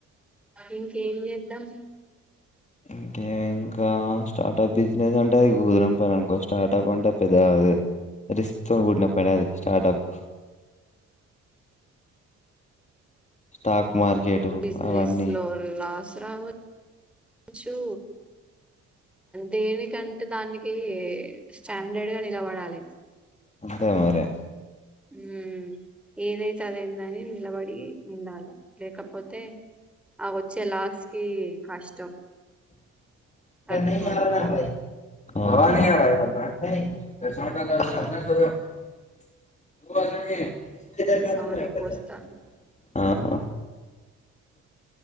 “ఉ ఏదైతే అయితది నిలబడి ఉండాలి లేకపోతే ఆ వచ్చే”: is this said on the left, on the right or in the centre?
Centre